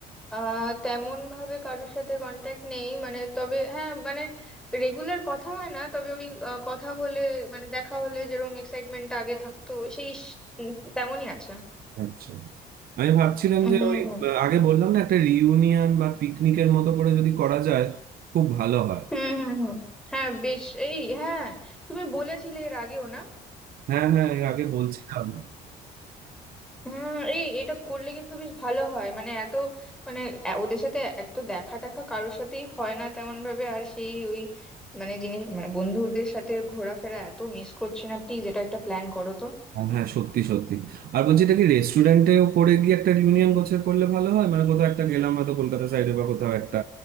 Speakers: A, in the centre; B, on the right (about 60°).
A: আহ তেমন ভাবে কারোর সাথে কন্ট্যাক্ট নেই মানে তবে হ্যাঁ মানে রেগুলার কথা হয় না তবে ওই আহ, কথা হলে মানে দেখা হলে যেরকম এক্সাইটমেন্ট আগে থাকতো সেই স- উম, তেমনই আছে
B: আচ্ছা আমি ভাবছিলাম
A: হুম
B: যে ওই আহ, আগে বললাম না একটা রিইউনিয়ন বা পিকনিকের মতো করে যদি করা যায় খুব ভালো হয়
A: হুম হুম হুম হ্যাঁ বেশ এই হ্যাঁ তুমি বলেছিলে এর আগেও না
B: হ্যাঁ হ্যাঁ এর আগে বলছিলাম
A: হুম এই এটা করলে কিন্তু বেশ ভালো হয় মানে এত মানে এ- ওদের সাথে এক তো দেখা টাকা কারোর সাথেই হয় না তেমন ভাবে আর সেই ওই মানে জিনিস মানে বন্ধুদের সাথে ঘোরাফেরা এত মিস করছি না প্লিজ এটা একটা প্ল্যান করো তো
B: হ্যাঁ হ্যাঁ, সত্যি সত্যি আর বলছি এটা কি রেস্টুরেন্টেও করে গিয়ে একটা রিউনিয়ন গোছের করলে ভালো হয় মানে কোথাও একটা গেলাম হয়তো কলকাতা সাইডে বা কোথাও একটা